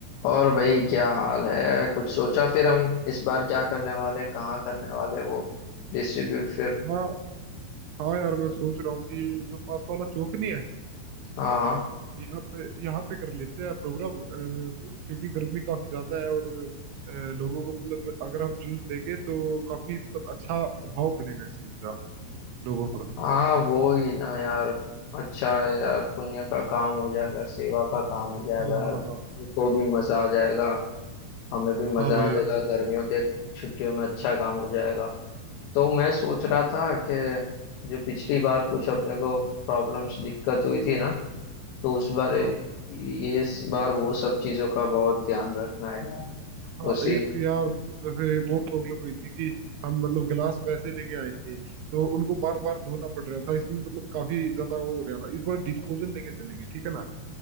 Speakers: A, on the left; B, on the right.
A: और भाई क्या हाल है कुछ सोचा फिर हम इस बार क्या करने वाले कहाँ करने वाले वो डिस्ट्रीब्यूट फिर
B: हाँ हाँ यार मैं सोच रहा हूँ कि ये जो पास वाला चौक नहीं है
A: हाँ हाँ
B: यहाँ पे यहाँ पे कर लेते हैं प्रोग्राम अ, क्योंकि गर्मी काफी ज्यादा है और अ, लोगों को मतलब अगर हम जूस देंगे तो काफी मतलब अच्छा प्रभाव पड़ेगा इस चीज का लोगों पर
A: हाँ वो ही ना यार अच्छा है यार पुण्य का काम हो जाएगा सेवा का काम हो
B: हाँ
A: जाएगा यार
B: हाँ
A: उनको
B: हाँ सेवा
A: भी मजा आ जाएगा
B: बिल्कुल
A: हमें भी मजा
B: हाँ भाई
A: आ जाएगा
B: हाँ भाई
A: गर्मियों के छुट्टियों में अच्छा काम हो जाएगा तो मैं सोच रहा था कि जो पिछली बार कुछ अपने को प्रॉब्लम्स दिक्कत हुई थी ना तो उस बार
B: हाँ
A: ये इस बार वो सब चीजों का बहुत ध्यान रखना है यार
B: हाँ
A: उसी
B: एक यार मतलब जैसे वो प्रॉब्लम हुई थी कि हम मतलब गिलास वैसे लेके आए थे तो उनको बार बार धोना पड़ रहा था इसमें मतलब काफी ज्यादा वो हो रहा था इस बार डिस्पोजल लेके चलेंगे ठीक है ना